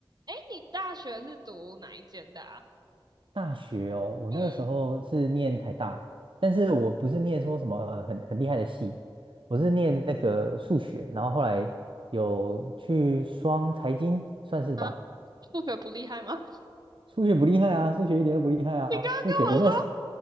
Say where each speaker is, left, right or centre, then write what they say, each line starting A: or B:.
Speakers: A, on the right (about 50°); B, on the right (about 65°).
A: 哎，你大学是读哪一间的啊？
B: 大学哦，我那个时候是念台大，
A: 嗯，
B: 但是我不是念说什么呃很很厉害的系，我是念那个数学，然后后来有去双财经，算是吧。
A: 啊，数学不厉害吗？<laughs>
B: 数学不厉害啊，数学一点都不厉害啊，
A: 你刚刚跟我说，
B: 数学我那时